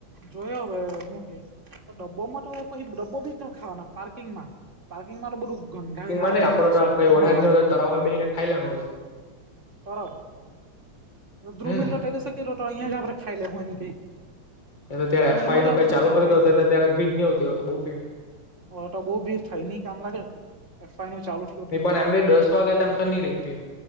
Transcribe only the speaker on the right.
જોઈ હવે હું કે તો ડબ્બોમાં તો પછી ડબ્બો બી કા ખાવાના પાર્કિંગમાં? પાર્કિંગમાં તો બધું ગંધાય
હારા
બધું
વોશરૂમ
બને
બાજુમાં
તરાવ તો ધુમિલ
રટ એસ રોટિયા જે ખાઈ લેહો એમ કે,
એ તો
ની મજા
બધું
ગંધાય
હવે તો બઉ ભીડ થાય નઈ કામ લાગે એફઆઈ નું ચાલુ થઇ.